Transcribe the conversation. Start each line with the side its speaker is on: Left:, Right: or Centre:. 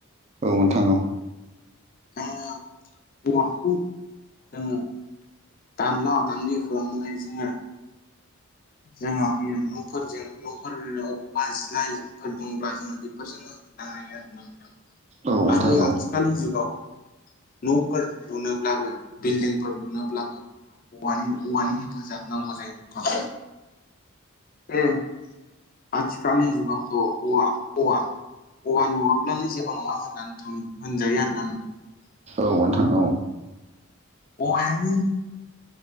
Right: औ नोंथां औ
Left: जोङो औवाखौ जोंङो दानला दानलि खालामनानै जोङो जोंहा न'फोरजों न'फोर अबावबा जिलाइफोर दंब्ला जोङो बेफोरजोंनो <unintelligible>
Right: औ नोंथां
Left: आरो
Right: औ
Left: आथिखालनि जुगाव न'फोर लुनोब्लाबो बिल्डिंफोर लुनोब्लाबो औवानि औवानि हेफाजाब नांगौ जायो <unintelligible> उम आथिखालनि जुगावथ' अवा अवा औवा नङाब्लानो जेबो नङा होननानै थां होनजायो आरोना नोंथां
Right: औ नोंथां औ
Left: औवायानो